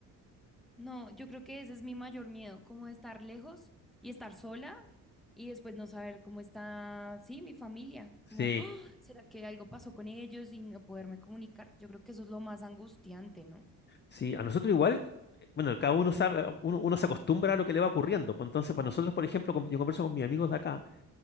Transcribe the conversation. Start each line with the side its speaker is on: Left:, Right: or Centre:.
Centre: No, yo creo que ese es mi mayor miedo, como de estar lejos y estar sola y después no saber cómo está, sí, mi familia,
Left: Sí,
Centre: como, ¡Ah! ¿será que algo pasó con ellos y no poderme comunicar? Yo creo que eso es lo más angustiante, ¿no?
Left: sí, a nosotros igual, eh, bueno, cada uno sabe, uno, uno se acostumbra a lo que le va ocurriendo. pues Entonces, para nosotros, por ejemplo, con- yo converso con mis amigos de acá